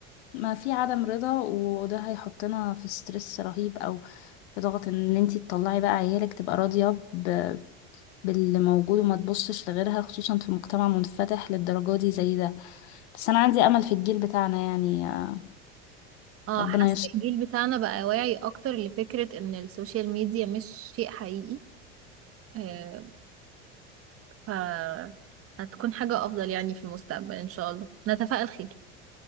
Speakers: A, on the left; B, on the right.
A: ما في عدم رضا وده هيحطنا في ستريس رهيب او في ضغط ان انتي تطلعي بقى عيالك تبقى راضيه ب- باللي موجود وما تبصش لغيرها خصوصا في مجتمع منفتح للدرجه دي زي ده بس انا عندي امل في الجيل بتاعنا يعني آه،
B: اه
A: ربنا
B: حاسة
A: يستر
B: الجيل بتاعنا بقى واعي اكتر لفكرة ان السوشيال ميديا مش شيء حقيقي آه، ف هتكون حاجة افضل يعني في المستقبل ان شاء الله نتفائل خير